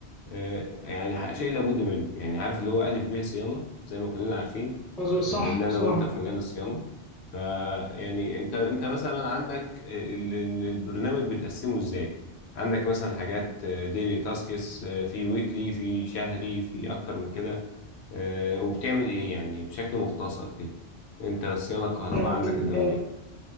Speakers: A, on the left; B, in the centre.
A: يعني شيء لابد منه يعني عارف اللي هو ألف ب صيانة زي ما كلنا عارفين
B: مظبوط صح
A: بما إن أنا
B: صح
A: وأنت في مجال الصيانة فيعني أنت أنت مثلا عندك ال- ال- البرنامج بتقسمه إزاي عندك مثلا حاجات ديلي تاسكس في ويكلي في شهري في أكتر من كده آه، وبتعمل ايه يعني بشكل مختصر كده انت صيانة الكهرباء
B: يعني
A: عندك الدورية